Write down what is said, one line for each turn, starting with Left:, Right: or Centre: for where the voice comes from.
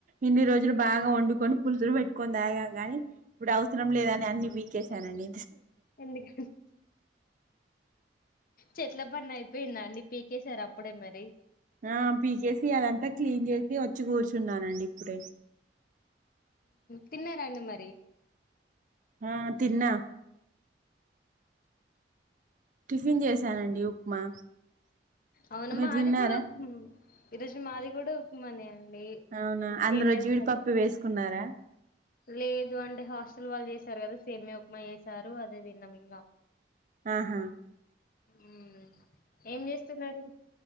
Right: ఇన్ని రోజులు బాగా వండుకొని పులుసులు పెట్టుకొని తాగాం కాని ఇప్పుడు అవసరం లేదని అన్ని పీకసానండి
Left: ఎందుక చెట్ల పడి అయిపోయిందాన్నిీ పీకేశారు అప్పుడే మరి
Right: ఆ పీకేసి అదంతా క్లీన్ చేసి వచ్చి కూర్చున్నానండి ఇప్పుడే
Left: తిన్నారంండి మరి
Right: ఆ తిన్నా టిఫిన్ చేశానండి ఉప్మా
Left: అవునమ్మా
Right: మీరు తిన్నారా
Left: అది కూడా ఈ రోజు మాది కూడా ఉకు మనే అండి
Right: అవునా అందురు
Left: సేమియా
Right: జీడిపప్పు
Left: ఉప్మా
Right: వేసుకున్నారా
Left: లేదు అంటే హాస్టల్ వాళ్ళు చేసారు కదా సేమ్య ఉప్మా చేసారు అదే విన్నాము ఇంకా
Right: ఆహా
Left: ఉ ఏం చేస్తున్నారు